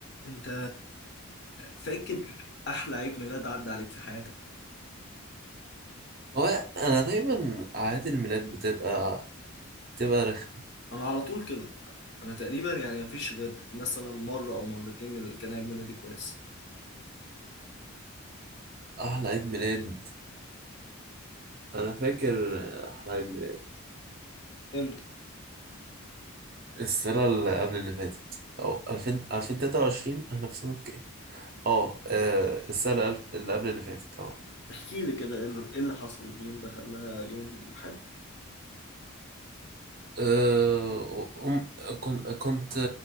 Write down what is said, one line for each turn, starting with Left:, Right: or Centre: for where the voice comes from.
Left: انت فاكر احلى عيد ميلاد عدى عليك في حياتك
Right: هو انا دايما اعياد الميلاد بتبقى بتبقى رخمة
Left: انا على طول كده انا تقريبا يعني مفيش غير مثلا مره او مرتين اللي كان عيد ميلادي كويس
Right: احلى عيد ميلاد انا فاكر احلى عيد ميلاد
Left: امتى
Right: السنة اللي قبل اللي فاتت او 2000 2023 احنا في سنة كام اه آه، السنة الف- اللي قبل اللي فاتت اه
Left: احكي لي كده ايه اللي إيه اللي حصل اليوم ده خلاه يوم حلو
Right: آه، أم كنت كنت